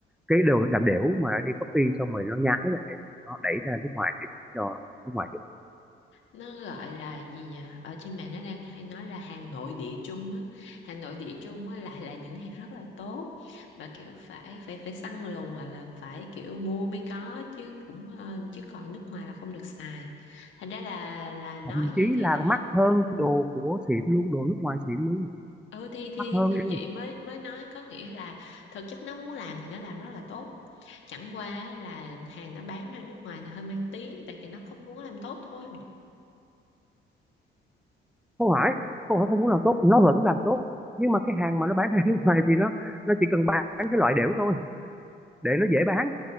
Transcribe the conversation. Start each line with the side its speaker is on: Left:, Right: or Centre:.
Centre: cái đồ làm đểu mà đi copy xong rồi nó nhái lại nó đẩy ra nước ngoài để cho nước ngoài dùng
Left: nó gọi là gì nhỉ ở trên mạng nó đang hay nói là hàng nội địa Trung á hàng nội địa Trung á lại là những hàng rất là tốt và kiểu phải phải phải săn lùng hoặc là phải kiểu mua mới có chứ cũng ờ, chứ còn nước ngoài là không được xài thành ra là là nói
Centre: thậm chí
Left: gì thì
Centre: là
Left: nói
Centre: mắc hơn
Left: ừ.
Centre: cái đồ của xịn luôn đồ nước ngoài xịn luôn
Left: ừ thì thì
Centre: mắc hơn
Left: thì
Centre: luôn
Left: vậy mới mới nói có nghĩa là thực chất nó muốn làm thì nó làm rất là tốt chẳng qua á là hàng nó bán ra nước ngoài thì hơi mang tiếng tại vì nó không muốn làm tốt thôi
Centre: không phải không phải không muốn làm tốt nó vẫn làm tốt nhưng mà cái hàng mà nó bán ra <laughs> nước ngoài thì nó nó chỉ cần bán cái loại đểu thôi để nó dễ bán